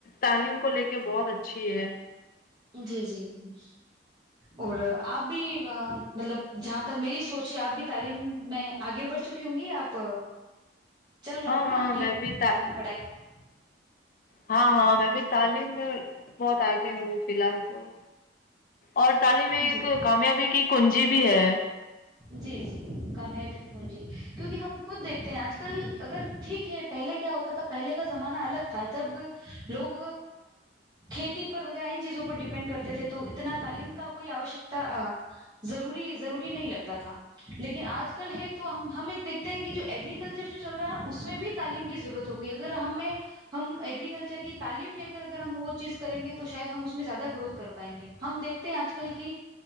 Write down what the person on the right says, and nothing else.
جی جی جی اور آپ بھی مطلب جہاں تک میری سوچ ہے آپ بھی تعلیم میں آگے بڑھ چکی ہوں گی آپ چل رہا
ہوگا نا آپ کی
تعلیم پڑھائی
جی
جی جی کامیابی کی گنجی کیونکہ ہم خود دیکھتے ہیں آج کل اگر ٹھیک ہے پہلے کیا ہوتا تھا پہلے کا زمانہ الگ تھا جب لوگ کھیتی پر چیزوں پر ڈپینڈ کرتے تھے تو اتنا تعلیم کا کوئی آوکتاری ضروری نہیں لگتا تھا لیکن آج کل ہے تو ہم ایک دیکھتے ہیں کہ جو اگرییکلچر جو چل رہا ہے نا اس میں بھی تعلیم کی ضرورت ہوگئی اگر ہمیں ہم اگرییکلچر کی تعلیم لے کر اگر ہم وہ چیز کریں گے تو تو شاید ہم اس میں زیادہ گروتھ کر پائیں گے ہم دیکھتے ہیں آج کل کی